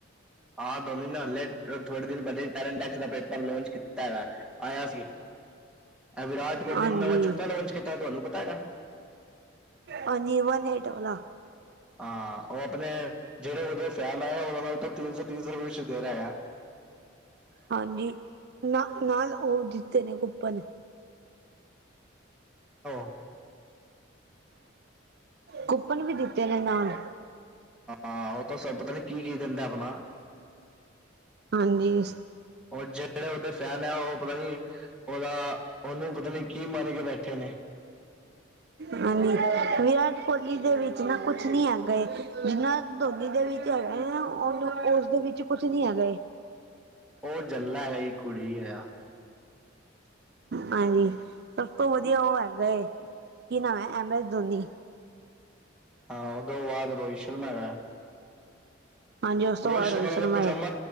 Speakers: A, in the centre; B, on the right (about 55°).
A: ਹਾਂ ਦੋਨੀ ਨੇ ਹਲੇ ਥੋੜੇ ਦਿਨ ਪਹਿਲੇ ਟੈਲੇਂਟ ਟੈਕਸ ਦਾ ਪੇਪਰ ਲਾਂਚ ਕੀਤਾ ਹੈਗਾ ਐ। ਆਇਆ ਸੀ ਇਹ ਵਿਰਾਟ ਕੋਹਲੀ
B: ਹਾਂਜੀ।
A: ਨੇ ਨਵਾਂ ਜੁੱਤਾ ਲਾਂਚ ਕੀਤਾ ਤੁਹਾਨੂੰ ਪਤਾ ਹੈਗਾ।
B: ਹਾਂਜੀ ਵਨ ਏਟ ਵਲਾ।
A: ਹਾਂ ਉਹ ਆਪਣੇ ਜਿਹੜੇ ਉਹਦੇ ਫੈਨ ਆਏ ਉਹਨਾਂ ਦਾ ਤਾਂ ਤਿੰਨ ਸੌ ਤਿੰਨ ਸੌ ਰੁਪਏ ਵਿੱਚ ਦੇ ਰਿਹਾ ਹੈਗਾ ਹੈ।
B: ਹਾਂਜੀ ਨਾ ਨਾਲ ਉਹ ਜਿੱਤੇ ਨੇ ਕੁੁਪਨ।
A: ਆਹ।
B: ਕੂਪਨ ਵੀ ਦਿੱਤੇ ਨੇ ਨਾਲ।
A: ਆਹ ਉਹ ਤਾਂ ਸਭ ਪਤਾ ਨੀ ਕੀ ਕੀ ਦਿੰਦਾ ਆਪਣਾ।
B: ਹਾਂਜੀ।
A: ਉਹ ਜਿਹੜੇ ਉਹਦੇ ਫੈਨ ਹੈ ਉਹ ਪਤਾ ਨੀ ਉਹਦਾ ਉਹਨੂੰ ਪਤਾ ਨੀ ਕੀ ਮੰਨ ਕੇ ਬੈਠੇ ਨੇ।
B: ਹਾਂ ਜੀ ਵਿਰਾਟ। ਕੋਹਲੀ ਦੇ ਵਿੱਚ ਨਾ ਕੁਛ ਨੀ ਹੈਗਾ, ਏ ਜਿੰਨਾ ਧੋਨੀ ਦੇ ਵਿੱਚ ਹੈਗਾ ਏ ਨਾ ਉਹਨੂੰ ਉਸ ਦੇ ਵਿੱਚ ਕੁਛ ਨੀ ਹੈਗਾ ਏ,
A: ਉਹ ਜਲਾ ਆਈ ਕੁੜੀ ਆ,
B: ਹਾਂਜੀ, ਸਭ ਤੋਂ ਵਧੀਆ ਉਹ ਹੈਗਾ ਏ। ਕੀ ਨਾਮ ਹੈ ਐਮ ਐਸ ਧੋਨੀ,
A: ਹਾਂ ਉਹਦੋਂ ਬਾਅਦ ਰੋਹਿਤ ਸ਼ਰਮਾ ਹੈਗਾ ਏ।
B: ਹਾਂਜੀ ਉਸ ਤੋਂ
A: ਰੋਹਿਤ
B: ਬਾਅਦ
A: ਸ਼ਰਮਾ ਦਾ ਤਾਂ ਪਜਾਮਾ
B: ਏ